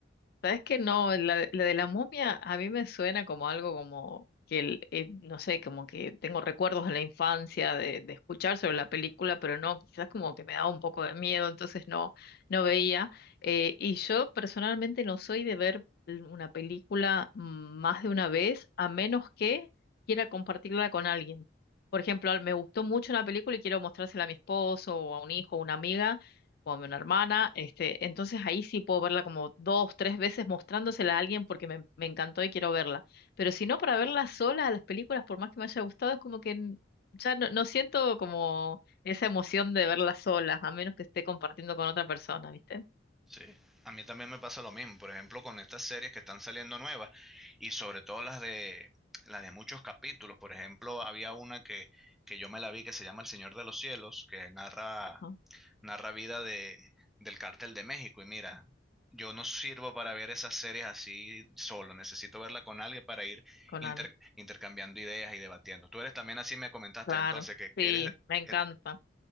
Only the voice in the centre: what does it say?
Sí, a mí también me pasa lo mismo, por ejemplo, con estas series que están saliendo nuevas y sobre todo las de las de muchos capítulos, por ejemplo, había una que, que yo me la vi que se llama El Señor de los Cielos, que narra
narra vida de del Cártel de México y mira, yo no sirvo para ver esas series así solo, necesito verla con alguien para ir
inter-
intercambiando ideas y debatiendo. Tú eres también así me comentaste
entonces que,
que eres,
er-